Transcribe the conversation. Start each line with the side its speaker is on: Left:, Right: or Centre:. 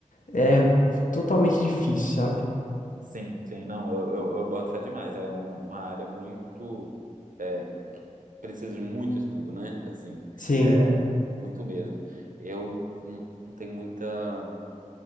Left: é totalmente difícil, sabe?
Right: Sim, sim, não, eu, eu, eu boto fé demais. É um- uma área muito. É, precisa de muito estudo, né? Assim,
Left: Sim,
Right: é, muito mesmo. Eu não não tenho muita.